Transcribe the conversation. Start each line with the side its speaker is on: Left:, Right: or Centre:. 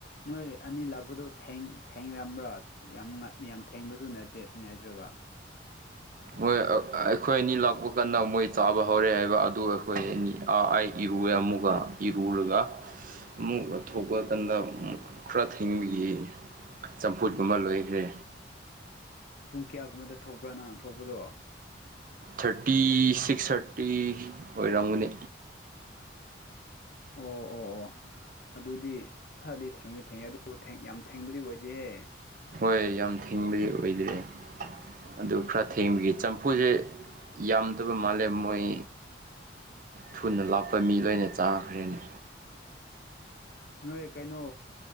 Left: ꯅꯣꯏ ꯑꯅꯤ ꯂꯥꯛꯄꯗꯣ ꯊꯦꯡ ꯊꯦꯡꯔꯝꯕ꯭ꯔꯥ ꯌꯥꯝ ꯉꯠ ꯌꯥꯝ ꯊꯦꯡꯕꯖꯨ ꯅꯠꯇꯦ ꯅꯠꯇ꯭ꯔꯕ
Right: ꯃꯣꯏ ꯑꯩꯈꯣꯏ ꯑꯅꯤ ꯂꯥꯛꯄ ꯀꯟꯅ ꯃꯣꯏ ꯆꯥꯕ ꯍꯧꯔꯦ ꯍꯥꯏꯕ ꯑꯗꯨ ꯑꯩꯈꯣꯏ ꯑꯅꯤ ꯑꯥ ꯑꯩ ꯏꯔꯨꯑꯦ ꯑꯃꯨꯒ ꯏꯔꯨꯔꯒ ꯑꯃꯨꯛ ꯊꯣꯛꯄ ꯀꯥꯟꯗ‌ ꯈꯔ ꯊꯦꯡꯕꯒꯤ ꯆꯝꯐꯨꯠꯀꯨꯝꯕ ꯂꯣꯏꯒ꯭ꯔꯦ
Left: ꯄꯨꯡ ꯀꯌꯥꯒꯨꯝꯕꯗ ꯊꯣꯛꯄ꯭ꯔꯥ ꯅꯪꯅ ꯊꯣꯛꯄꯗꯣ
Right: ꯊꯥꯔꯇꯤ ꯁꯤꯛꯁ ꯊꯥꯔꯇꯤ ꯑꯣꯏꯔꯝꯒꯅꯤ
Left: ꯑꯣ ꯑꯣ ꯑꯣ ꯑꯗꯨꯗꯤ ꯈꯔꯗꯤ ꯊꯦꯡꯉꯤ ꯊꯦꯡꯉꯦ ꯑꯗꯨꯕꯨ ꯊꯦꯡ ꯌꯥꯝ ꯊꯦꯡꯕꯗꯤ ꯑꯣꯏꯗꯦꯍꯦ
Right: ꯍꯣꯏ ꯌꯥꯝ ꯊꯦꯡꯕꯗꯤ ꯑꯣꯏꯗ꯭ꯔꯦ ꯑꯗꯨ ꯈꯔ ꯊꯦꯡꯕꯒꯤ ꯆꯝꯐꯨꯖꯦ ꯌꯥꯝꯗꯕ ꯃꯥꯜꯂꯦ ꯃꯣꯏ ꯊꯨꯅ ꯂꯥꯛꯄ ꯃꯤ ꯂꯣꯏꯅ ꯆꯥꯈ꯭ꯔꯦꯅꯤ
Left: ꯅꯣꯏ ꯀꯩꯅꯣ